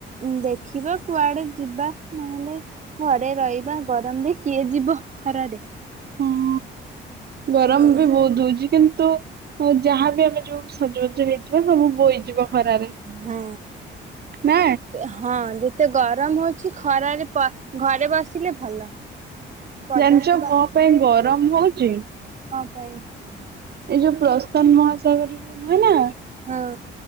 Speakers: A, on the right (about 35°); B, on the right (about 55°).
A: ଉ ଦେଖିବା କୁଆଡେ ଯିବା ନହେଲେ ଘରେ ରହିବା ଗରମରେ କିଏ ଯିବ ଖରାରେ।
B: ହଁ ଗରମ
A: ହଁ
B: ବି ବହୁତ ହଉଛି କିନ୍ତୁ ଯାହାବି ଆମେ ଯୋସ୍ ସଜବାଜ ହେଇଥିବା ସବୁ ବୋଇଯିବ ଖରାରେ।
A: ହଁ
B: ନା
A: ହଁ। ଏତେ ଗରମ ହଉଛି ଖରାରେ ପ ଘରେ ବସିଲେ ଭଲ। ପଦାକୁ
B: ଜାଣିଛ
A: ବା
B: କଣ ପାଇଁ ଗରମ ହଉଛି?
A: କଣ ପାଇଁ।
B: ଏଇ ଯୋଉ ପ୍ରଶାନ୍ତ ମହାସାଗରରେ ନୁହେଁ ନା
A: ହଁ।